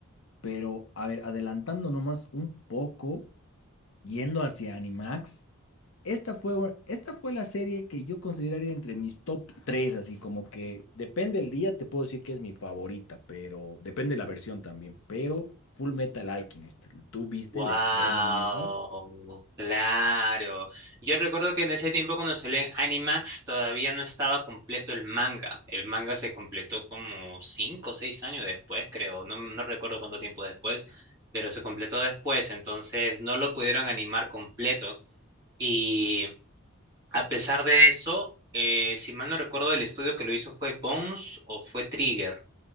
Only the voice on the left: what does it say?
Pero, a ver, adelantando nomás un poco. Yendo hacia Animax, esta fue, esta fue la serie que yo consideraría entre mis top 3 así como que depende el día, te puedo decir que es mi favorita, pero depende la versión también. Pero Full Metal Alchemist, ¿tú viste
el estreno en esa?